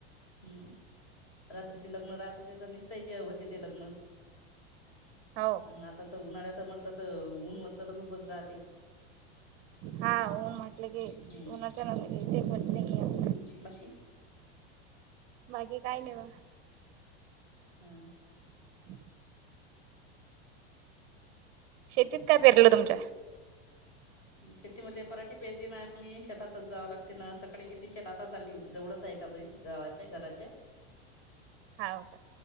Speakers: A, on the left; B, on the right.
A: ह रात्रीचे लग्न राहत होते तर निसतायचे होते ते लग्न
B: हो
A: अनं आता तर उन्हाळ्यात म्हटलं तर ऊन म्हटलं तर खूपच राह
B: हा ऊन म्हटलं की
A: हम्म
B: उन्हाच्या ना इथे <unintelligible> नाही ये.
A: बाकी
B: बाकी काय नाही बा
A: हा
B: <inaudible> शेतीत काय पेरलं तुमच्या?
A: शेतीमध्ये पराठीे पेरली ना आम्ही शेतातच जावं लागते ना सकाळी गेडती शेतात आता चालली होती जवडच आहे. <unintelligible> गावाचे घराचे
B: हाव का?